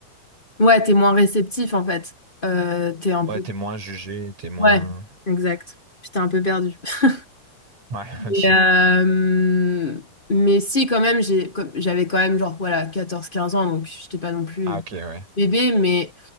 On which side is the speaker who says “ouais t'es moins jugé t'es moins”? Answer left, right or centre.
Right